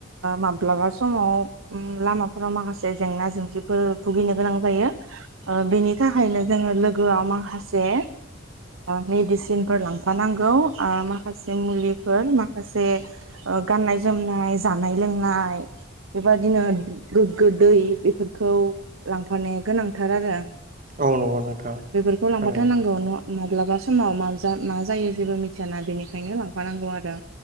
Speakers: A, on the right; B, on the right.
A: माब्लाबा समाव लामाफोराव माखासे जेंना जेंसिफोर भुगिनो गोनां जायो बेनि थाखायनो जोङो लोगोआव माखासे मेडिसिनफोर लांफानांगौ माखासे मुलिफोर माखासे गाननाय जोमनाय जानाय लोंनाय बेबादिनो गोग्गो दै बेफोरखौ लांफानाया गोनांथार आरो
B: औ नंगौ नोंथां
A: बेफोरखौ लांफाथारनांगौ
B: थारैनो
A: न' माब्लाबा समाव मा जायो जेबो मिथियाना बेनिखायनो लांफानांगौ आरो